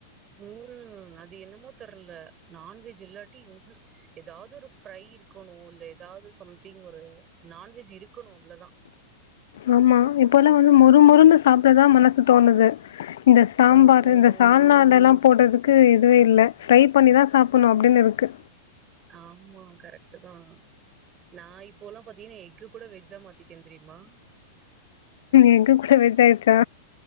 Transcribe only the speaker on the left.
ஆம்மா இப்பல்லா வந்து மொறு மொறுன்னு சாப்டதா மனசு தோணுது இந்த சாம்பாரு
இந்த சால்னா அதெல்லா போடதுக்கு இதுவேஇல்ல ஃப்ரை பண்ணிதா சாப்புன்னு அப்டின்ன இருக்கு
எக்குகூட வெஜ்ஜாயிடுச்சா